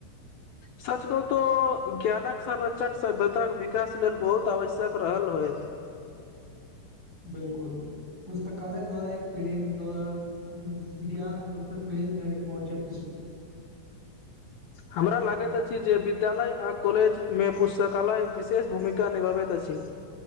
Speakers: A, on the right; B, on the left.
A: <inaudible>
B: सच कहु तो ज्ञानक संरक्षण सभ्यताक विकास लेल बहुत आवश्यक रहल होइत।
A: बिल्कूल, पुस्तकालय द्वारा एक पीढ़ी द ज्ञान दोसर पीढ़ी धरि पहुँचाे छै।
B: हमरा लागैत अछि जे विद्यालय आ कॉलेजमे पुस्तकालय विशेष भूमिका निभाबैत अछि।